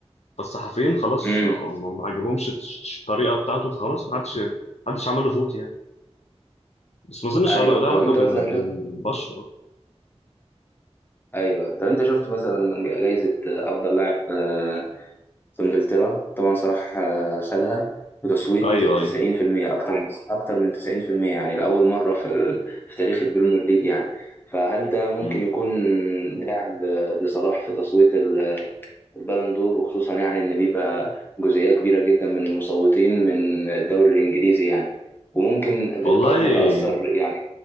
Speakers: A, on the left; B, on the left.
A: فالصحفيين خلاص
B: امم
A: هم ما عجبهمش الش- الطريقه بتاعته فخلاص ما حدش ما حدش عمل له فوت يعني بس ما اظنش
B: ايوه
A: لا علاقه
B: طب انت
A: بال...
B: مثلا
A: بالبشره
B: شفت <laughs> ايوه طب انت شفت مثلا جائزة افضل لاعب آه، في انجلترا طبعا صلاح آه، خدها بتصويت
A: ايوه
B: 90%
A: ايوه
B: اكتر من اكتر من 90% يعني لاول مرة في ال- في تاريخ البريمير ليج يعني فهل ده ممكن
A: مم.
B: يكون داعم ل- لصلاح في تصويت البالون دور وخصوصا يعني ان بيبقى جزئيه كبيره جدا من المصوتين من الدوري الانجليزي يعني وممكن
A: والله
B: تت- تتاثر يعني